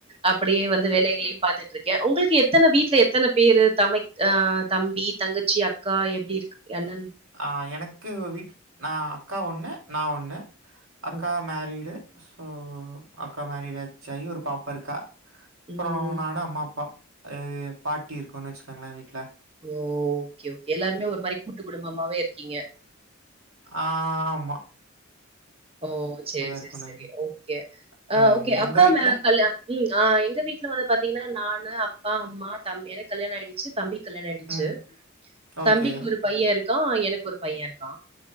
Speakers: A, on the right; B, on the right.
A: அப்படியே வந்து வேலைகளையூ பாரத்துட்டு இருக்கே உங்களுக்கு எத்தன வீட்டுல எத்தன பேரு த ஆ தம்பி தங்கச்சி அக்கா எப்டி இருக் என்னன்னு
B: அ எனக்கு வீட் நா அக்கா ஒன்னு நா ஒன்னு அக்கா
A: ம்,
B: மேரிடு சோ அக்கா மேரிடு ஆச்ச சாயி ஒரு பாப்பா இருக்கா அப்பறோ
A: ம்.
B: நானு அம்மா அப்பா பாட்டி இருக்கோன் வச்சுக்கோங்களே வீட்டுல
A: ஒ ஓகே ஓகே எல்லாருமே ஒரு மாரி கூட்டு குடும்பமாவே இருக்கீங்க
B: ஆ மா
A: ஓ சரி சரி
B: இருக்கும்னு
A: சரி
B: வச்சுக்கோங்க.
A: ஓகே
B: ம்.
A: ஓக்கே
B: உங்க
A: அக்கா
B: வீட்ல?
A: மேர் கல்யாணோ ம் ஆ எங்க வீட்டுல வந்து பாத்தீங்கன்னா நானு அப்பா அம்மா தம்பி எனக் கு கல்யாணம் ஆயிடுச்சு தம்பிக் கல்யாணோ ஆயிடுச்சு
B: ம். ஓகே.
A: தம்பிக்கு ஒரு பையெ இருக்கா எனக்கு ஒரு பையெ இருக்கா